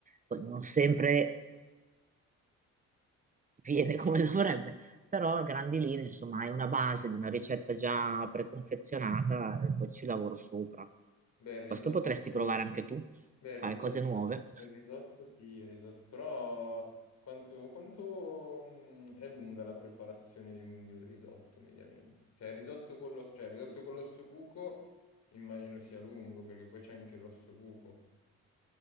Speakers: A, on the right (about 25°); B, on the left (about 60°).
A: Poi non sempre viene come dovrebbe, però a grandi linee, insomma, è una base di una ricetta già preconfezionata e poi ci lavoro sopra.
B: Beh, il risotto,
A: Questo potresti provare anche tu,
B: beh, il
A: fare
B: risotto,
A: cose nuove.
B: il risotto sì, il risotto, però quanto, quanto, mh, è lunga la preparazione di un, di un risotto mediamente? Cioè il risotto con l'osso, cioè il risotto con l'osso buco immagino sia lungo perché poi c'è anche l'osso buco.